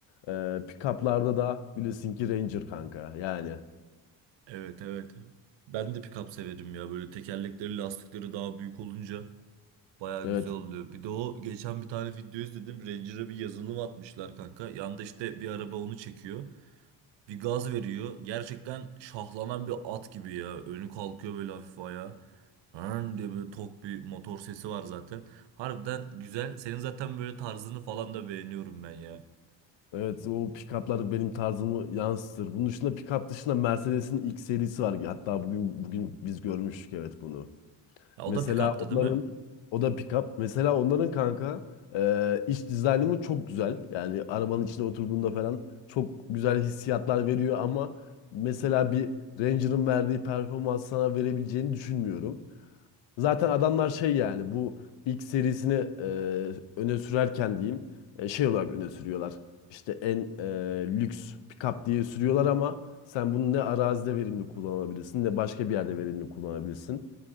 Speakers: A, on the left (about 75°); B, on the right (about 70°).
A: Ee, pick-up'larda da bilirsin ki Ranger kanka. Yani
B: Evet evet. Ben de pick-up severim ya. Böyle tekerlekleri, lastikleri daha büyük olunca baya güzel
A: evet.
B: oluyor. Bir de o geçen bir tane video izledim. Ranger'a bir yazılım atmışlar kanka. Yanda işte bir araba onu çekiyor. Bir gaz veriyor. Gerçekten şahlanan bir at gibi ya. Önü kalkıyor böyle hafif ayağa. Hırn diye böyle tok bir motor sesi var zaten. Harbiden güzel. Senin zaten böyle tarzını falan da beğeniyorum ben ya.
A: Evet o pick-up'lar benim tarzımı yansıtır. Bunun dışında pick-up dışında Mercedes'in X serisi var. Hatta bugün bugün biz görmüştük evet bunu.
B: Ha,
A: Mesela
B: o da pick-up'tı
A: onların
B: değil mi?
A: o da pick-up. Mesela onların kanka e, iç dizaynımı çok güzel. Yani arabanın içine oturduğunda falan çok güzel hissiyatlar veriyor ama mesela bir Ranger'ın verdiği performans sana verebileceğini düşünmüyorum. Zaten adamlar şey yani bu ilk serisini e, öne sürerken diyeyim e, şey olarak öne sürüyorlar. İşte en e, lüks pick-up diye sürüyorlar ama sen bunu ne arazide verimli kullanabilirsin ne başka bir yerde verimli kullanabilirsin.